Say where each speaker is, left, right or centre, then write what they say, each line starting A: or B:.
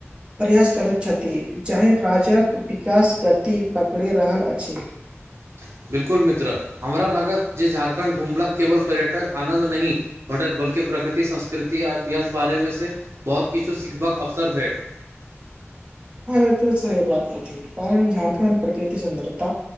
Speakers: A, on the right; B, on the right.
A: प्रयास करैत छथि जाहि राज्यक विकास गति पकड़ि रहल अछि
B: <unintelligible> बिल्कुल मित्र हमरा लागत जे झारखंड घुमलाक केवल पर्यटक आनंन्द नहि भटत भ बल्कि प्रकृति संस्कृति आ इतिहास बारेमे से बहुत किछु सिखबाक अवसर भेट <unintelligible>
A: ह बात ईी कारण झारखण्ड प्रकृति सुन्दरता